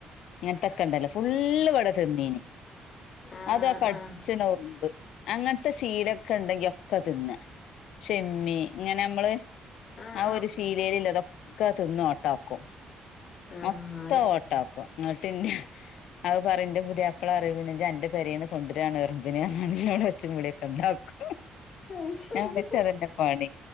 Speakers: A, on the left (about 80°); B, on the left (about 60°).
A: ഇങ്ങനത്തൊക്കെ ഇണ്ടല്ലോ ഫുള്ള് ഇവടെ തിന്നീന്
B: ആഹ്
A: അതുആകടിച്ചണ
B: ആഹ്
A: ഉറുമ്പ് അങ്ങനത്തെ സീലൊക്കെ ഇണ്ടെങ്കി ഒക്കെ തിന്നാ ഷിമ്മി ഇങ്ങനെ മ്മള്
B: ആഹ്
A: ആ ഒരു ശീലയിലില്ലതൊക്കെ തിന്ന് ഓട്ടാക്കും.
B: ആഹ്
A: മൊത്തംഓട്ടാക്ക്വാ
B: ആഹ് അത് ശ
A: പിന്നെ അത് പറയുംന്റെ പുതിയാപ്ല പറയും. പിന്നെ ഇജ് അന്റെ പേരീന്ന് കൊണ്ട്രാണ് ഇറുമ്പിനേന്ന് നല്ലോണം ഒച്ചീമ്പുളിം ഒക്കെ ഇണ്ടാക്കും.
B: അത് ശരി
A: ഞാന്ച്ചതന്നെ പണി